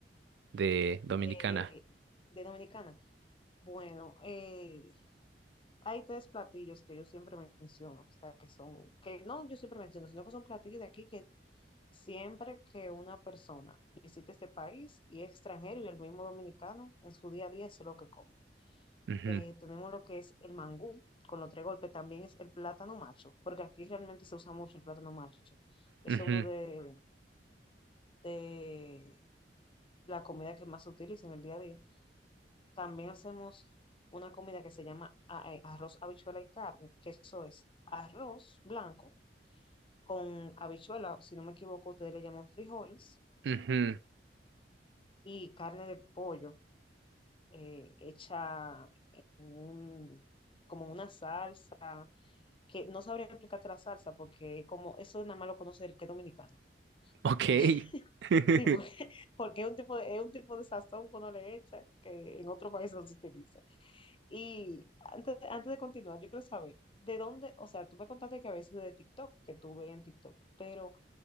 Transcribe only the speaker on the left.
eh, de Dominicana. Bueno, eh, hay tres platillos que yo siempre menciono, o sea, que son, que no yo siempre menciono, sino que son platillos de aquí que siempre que una persona visita este país y es extranjero y el mismo dominicano en su día a día es lo que come.
eh, tenemos lo que es el mangú, con los tres golpes también es el plátano macho, porque aquí realmente se usa mucho el plátano macho. Es
uno de, de la comida que más se utiliza en el día a día. También hacemos una comida que se llama a- eh, arroz, habichuela y carne, que eso es arroz blanco con habichuela, si no me equivoco, ustedes le llaman frijoles,
y carne de pollo eh, hecha en un, como en una salsa que no sabría explicarte la salsa porque como eso nada más lo conoce el que es dominicano.
<laughs>
Sí, porque, porque es un tipo de, es un tipo de sazón que uno le echa que en otros países no se utiliza. Y antes, antes de continuar, yo quiero saber, ¿de dónde, o sea, tú me contaste que a veces de TikTok, que tú ves en TikTok, pero